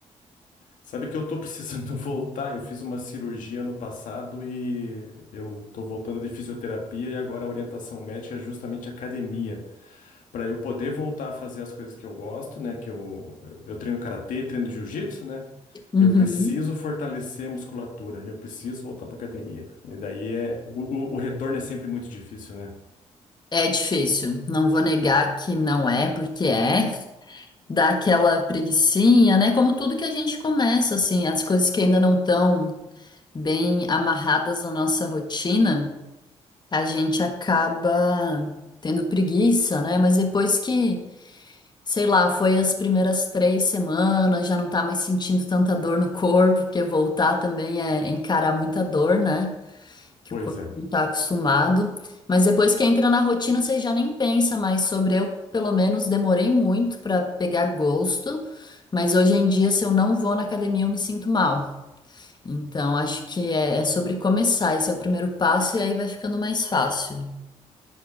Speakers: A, on the left; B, on the left.
A: Sabe que eu tô precisando <laughs> voltar, eu fiz uma cirurgia ano passado e eu tô voltando de fisioterapia e agora a orientação médica é justamente academia, para eu poder voltar a fazer as coisas que eu gosto, né, que eu, eu treino karatê, treino jiu-jitsu, né?
B: Uhum.
A: Eu preciso fortalecer a musculatura, eu preciso voltar para academia. E daí é o, o o retorno é sempre muito difícil, né?
B: É difícil. Não vou negar que não é, porque é. Dá aquela preguicinha, né? Como tudo que a gente começa, assim, as coisas que ainda não estão bem amarradas na nossa rotina. a gente acaba tendo preguiça, né? Mas depois que, sei lá, foi as primeiras três semanas, já não tá mais sentindo tanta dor no corpo, porque voltar também é encarar muita dor, né? Que
A: Pois
B: o corpo
A: é.
B: não tá acostumado. Mas depois que entra na rotina, você já nem pensa mais sobre. Eu, pelo menos, demorei muito pra pegar gosto, mas hoje em dia, se eu não vou na academia, eu me sinto mal. Então, acho que é é sobre começar. Esse é o primeiro passo, e aí vai ficando mais fácil.